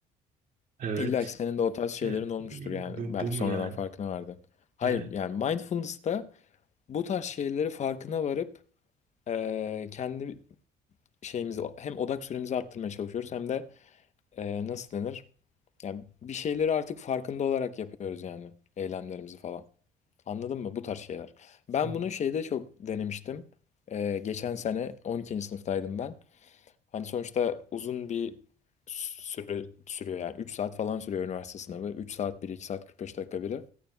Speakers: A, on the right (about 55°); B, on the left (about 45°).
A: Evet.
B: İlla ki senin de o tarz şeylerin
A: E, e,
B: olmuştur yani.
A: bu,
B: Belki
A: bu mu
B: sonradan
A: yani?
B: farkına vardın. Hayır
A: Yani
B: yani mindfulness'ta bu tarz şeyleri farkına varıp e, kendi şeyimizi hem odak süremizi arttırmaya çalışıyoruz hem de e, nasıl denir? Yani bir şeyleri artık farkında olarak yapıyoruz yani eylemlerimizi falan. Anladın mı? Bu tarz şeyler. Ben
A: ya,
B: bunu şeyde çok denemiştim. E, geçen sene 12. sınıftaydım ben. Hani sonuçta uzun bir süre sürüyor yani 3 saat falan sürüyor üniversite sınavı. 3 saat 1 2 saat 45 dakika biri.